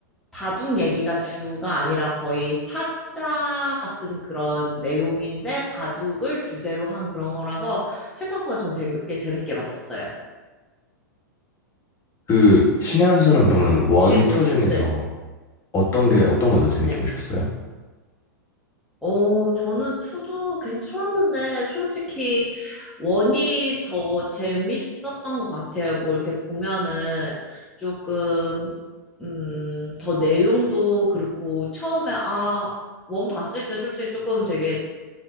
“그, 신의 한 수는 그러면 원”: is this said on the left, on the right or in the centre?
Left